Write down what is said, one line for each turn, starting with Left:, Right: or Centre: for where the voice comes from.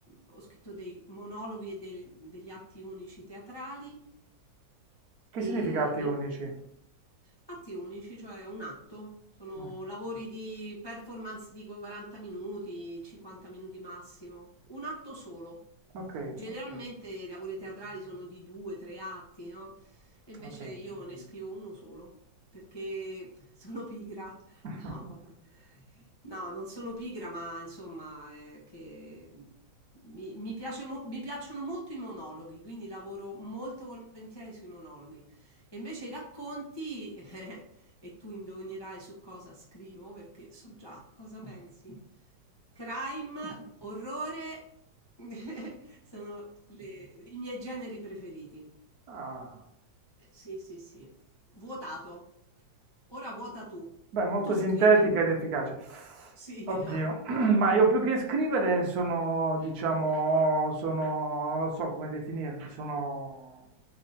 Left: ho scritto dei monologhi e dei- degli atti unici teatrali.
Right: Che
Left: E,
Right: significati unici?
Left: e atti unici, cioè un atto. Sono
Right: Mm.
Left: lavori di performance di 40 minuti, 50 minuti massimo. Un atto solo.
Right: Ok,
Left: Generalmente okay. i lavori teatrali sono di due, tre atti, no? E invece
Right: ok.
Left: io okay. ne Mhm. scrivo uno solo perché <laughs> sono pigra.
Right: <laughs>
Left: No, vabbè. No, non sono pigra, ma insomma, eh, che mi, mi piace mo- mi piacciono molto i monologhi, quindi lavoro molto volentieri sui monologhi. E invece i racconti, <laughs> e tu indovinerai su cosa scrivo, perché so già cosa pensi. Crime, orrore, <laughs> sono le- i miei generi preferiti.
Right: Ah.
Left: Sì, sì, sì. Vuotato. Ora vuota tu.
Right: Beh, molto
Left: Tu scrivi.
Right: sintetica ed efficace.
Left: Sì,
Right: Oddio,
Left: <laughs>
Right: <clears throat> ma io più che scrivere sono, diciamo, sono, non lo so come definirmi, sono,